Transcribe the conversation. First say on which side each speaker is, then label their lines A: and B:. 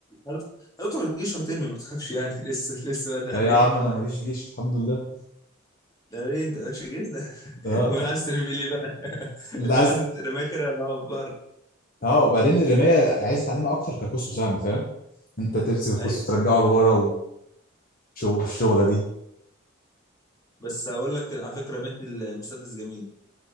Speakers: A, on the left; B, on the left.
A: هت- هتدخل الجيش وهترمي ما تخافش يعني <laughs> لسه لسه بدري
B: لا
A: عليك
B: يا عم انا ماليش جيش الحمد لله
A: لا ليه انت مالكش جيش ده
B: اه
A: <laughs> امال عايز ترمي ليه بقى <laughs>
B: اللي
A: انت
B: عايز
A: عايز رمايه كده بره
B: اه وبعدين الرمايه عايز اتعلمها اكتر كقوس وسهم فاهم انت تمسك القوس
A: ايوه
B: وترجعه لورا والشغله دي
A: بس اقول لك على فكره رميت المسدس جميل